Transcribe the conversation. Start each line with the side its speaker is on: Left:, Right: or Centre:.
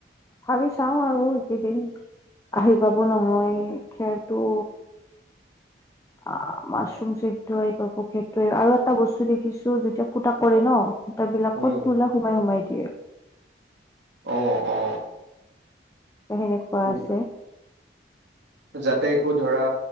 Left: ভাবি চাও আৰু এইকেইদিন আহি পাব নহয় খেৰটো অ মাছৰুম চেড এইটো আহিব পকেটে আৰু এটা বস্তু দেখিছো যেতিয়া ফুটা কৰে ন তবিলাকত
Right: উম
Left: তো সোমাই সোমাই এিয়ে
Right: অ অ
Left: সেনেকুৱা
Right: তো-
Left: আছে
Right: যাতে একো ধৰা